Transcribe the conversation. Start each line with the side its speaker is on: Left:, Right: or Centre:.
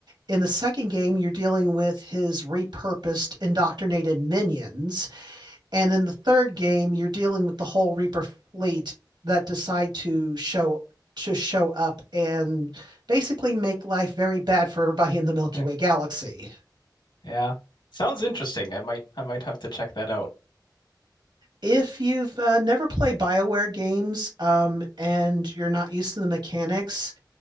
Right: In the second game, you're dealing with his repurposed, indoctrinated minions. And in the third game, you're dealing with the whole Reaper fleet that decide to show to show up and basically make life very bad for everybody in the Milky
Left: <laughs>
Right: Way galaxy.
Left: Yeah. Sounds interesting. I might I might have to check that out.
Right: If you've uh, never played BioWare games um, and you're not used to the mechanics,